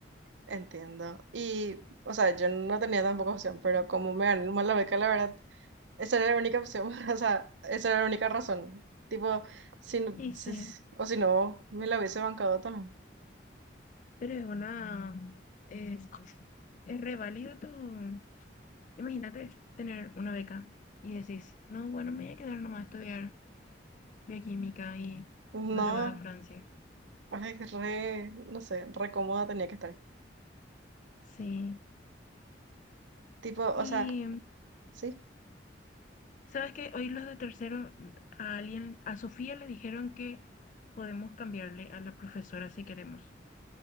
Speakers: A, on the right (about 75°); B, on the left (about 40°).
A: entiendo. Y, o sea, yo no tenía tampoco opción, pero como me ganó mal la beca, la verdad, esa era la única opción. <laughs> O sea, esa era la única razón. Tipo, si, no-
B: Y
A: si-
B: sí,
A: o si no, me la hubiese bancado también.
B: pero es una... eh, es re válido tu... Imagínate tener una beca y decís, no, bueno, me voy a quedar nomás a estudiar bioquímica y
A: No,
B: no te vas a Francia.
A: ay, re, no sé, re cómoda tenía que estar.
B: Sí.
A: Tipo, o
B: Y,
A: sea, sí.
B: ¿sabes qué? Hoy los de tercero, a alguien, a Sofía le dijeron que podemos cambiarle a la profesora si queremos.